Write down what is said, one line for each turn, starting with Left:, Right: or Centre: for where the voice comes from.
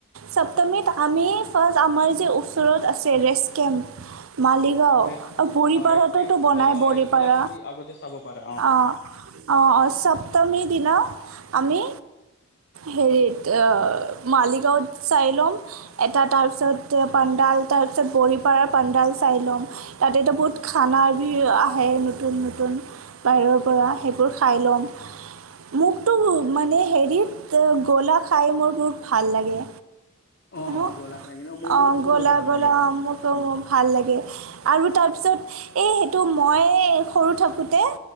Right: সপ্তমীত আমি ফাৰ্ষ্ট আমাৰ যে ওচৰত আছে ৰেষ্ট কেম্প মালিগাঁও
Left: ৰেষ্ট
Right: বৰিপাৰটোতো
Left: অ ৰেষ্ট কেম্প
Right: বনাই।
Left: মালিগাঁও
Right: বৰিপাৰা
Left: এইবিলাক তুমি আগতে চাব পাৰা
Right: অ' অঁ অঁ সপ্তমী দিনা আমি হেৰিত মালিগাঁওত চাইলম, এটা তাৰপিছত পাণ্ডা ডাল তাৰ পিছত বৰিপাৰাৰ পাণ্ডাল চাই ল'ম তাতেতো বহুত খানা বি আহে নতুন। নতুন বাহিৰৰ পৰা, সেইবোৰ খাই ল'ম। মোকতো মানে হেৰিত গলা খাই মোৰ বহুত ভাল লাগে।
Left: অ
Right: হ
Left: গোলাঘাট ন ম
Right: অ
Left: মোকো
Right: গলা
Left: বহুত ভাল
Right: গলা
Left: লাগে এইটো
Right: মোৰ টো ভাল লাগে। আৰু তাৰপিছত এই সেইটো মই সৰু থাকোঁতে,